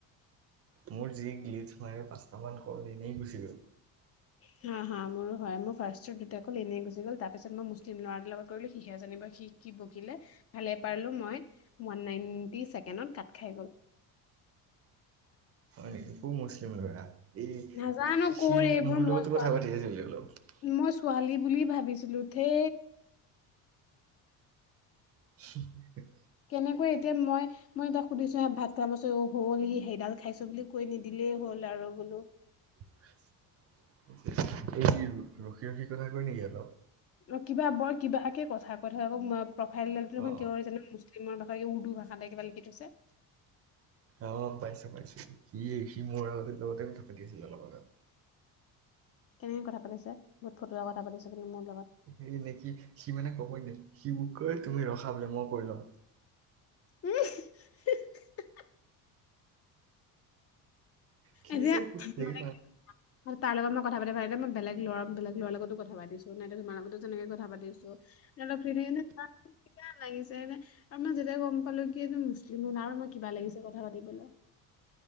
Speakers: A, on the right; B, on the left.
A: মোৰ যি গ্লিচ ম পাঁচটা মান কল এনেই গুচি গ'ল।
B: হা হা মোৰো হয়, মোৰ ফাৰ্ষ্টত দুটা ক'ল এনেই গুচি গল তাৰ পিছত মই মুচ তে ল'ৰা দুল লগত কৰিলো সিহে জানিব সি কি বকিলে ভালে পাৰলো মই ওৱান নাইনটি ছেকেণ্ডত কাট খাই গ'ল।
A: হয় নেকি? মোৰ মুছলিম ল'ৰা এই
B: নাজানো
A: কৃষি
B: কৰ এইবোৰ
A: মোৰ লগতো
B: মই ছোৱালী
A: কথা পাতি আছিলো অলপ।
B: মই ছোৱালী বুলি ভাবিছিলোঁ ঠি
A: <unintelligible>
B: কেনেকৈ এতিয়া মই মই এ তাক সুধিছো হে ভাত খামচ অ হ'ল ই সেইডাল খাইছো বুলি কৈ নিদিলেই হ'ল আৰু বোলো।
A: সি কি ৰ ৰখি ৰখি কথা কয় নেকি আকৌ?
B: অ কিবা বৰ কিবাকে কথা কৈ থাকে আকৌ ম প্ৰফাইলডাল টো দেখোন
A: অ
B: কিয় <inaudible> কিমান ভাষা, এ উৰ্দু ভাষাতে কিবা লিখি থৈছে।
A: অ', পাইছো পাইছো, সি সি মোৰ আগতে লগতে কথা পাতি আছিলে অলপ আগত।
B: কেনেকে কথা পাতিছে, বহুত ফটুৱা কথা পাতিছে কিন্তু মোৰ লগত।
A: এই নেকি সি সি মানে ক'ব নি সিবোৰ কৈ তুমি ৰখা বোলে মই কৈ লওঁ।
B: উম', <inaudible>
A: কি
B: এতিয়া
A: যে ক'ব লাগে
B: মানে <inaudible> তাৰ লগত মই কথা পাতি <inaudible> এতিয়া মই বেলেগ লৰা বেলেগ লৰাৰ লগতো কথা পাতিছো নাই তোমাৰ <inaudible> লগতো যেনেকৈ কথা পাতি আছো। <unintelligible> লাগিছে এনে আৰু মই যেতিয়া গম পালো কি এই মুছলিম হল আৰু মই কিবা লাগিছে কথা পাতিবলে